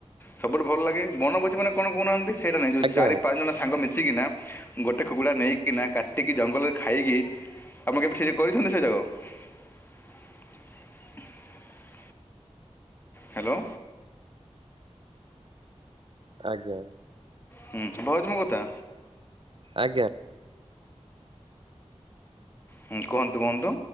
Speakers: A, on the left; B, on the right.
A: ସବୁଠୁ ଭଲ ଲାଗେ ବନଭୋଜି ମାନେ କଣ କହୁନାହାନ୍ତି? ସେଇଟା ନାଇଁ ଯୋଉ
B: ଆଜ୍ଞା
A: ଚାରି
B: ଆଜ୍ଞା
A: ପାଞ୍ଚ ଜଣ ସାଙ୍ଗ ମିଶିକିନା ଗୋଟେ କୁକୁୁଡା ନେଇକିନା କାଟିକି ଜଙ୍ଗଲରେ ଖାଇକି ଆମ କେବେ ସେ ଯେ କରିଛନ୍ତି ସେ ଯାକ <inaudible> ହ୍ୟାଲୋ।
B: ଆଜ୍ଞା।
A: ହୁଁ ଭାବୁଚୁ ମ କଥା।
B: ଆଜ୍ଞା।
A: ହୁଁ କୁହନ୍ତୁ କୁହନ୍ତୁ।